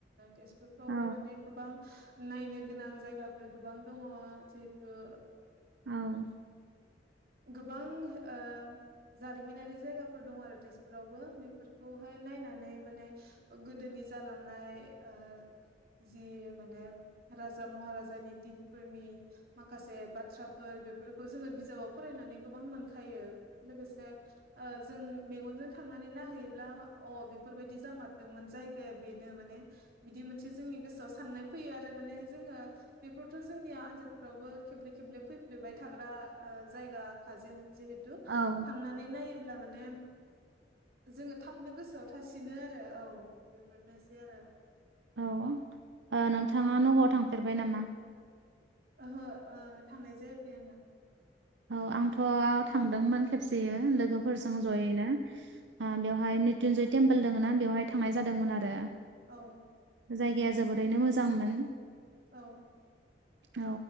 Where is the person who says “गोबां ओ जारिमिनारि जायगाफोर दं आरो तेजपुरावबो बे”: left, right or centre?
Right